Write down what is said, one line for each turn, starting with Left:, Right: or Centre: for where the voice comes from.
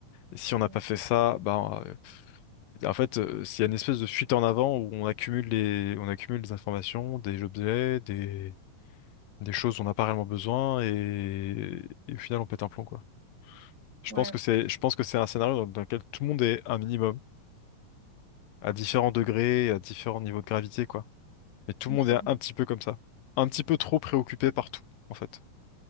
Left: Et si
Right: complètement.
Left: on n'a pas fait ça, ben, euh, en fait, euh, c'est une espèce de fuite en avant où on accumule les, on accumule des informations, des objets, des, des choses dont on n'a pas réellement besoin, et, et au final, on pète un plomb, quoi. Je
Right: Ouais,
Left: pense que c'est, je pense que c'est un scénario dans, dans lequel tout le monde est un minimum, à différents degrés, à différents niveaux de gravité, quoi. Mais tout
Right: une
Left: le monde
Right: forme.
Left: est un petit peu comme ça. Un petit peu trop préoccupé par tout, en fait.